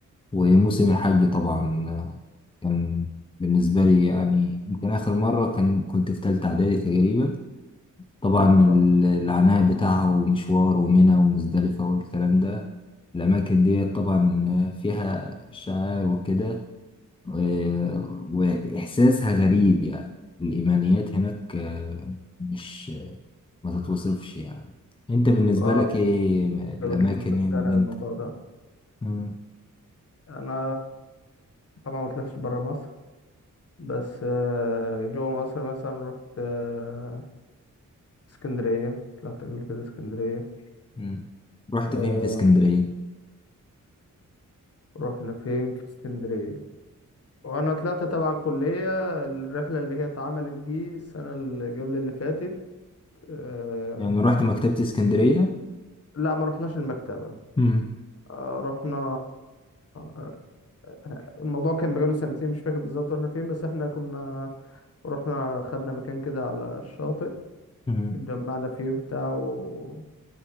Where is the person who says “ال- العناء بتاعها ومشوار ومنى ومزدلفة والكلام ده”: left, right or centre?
Left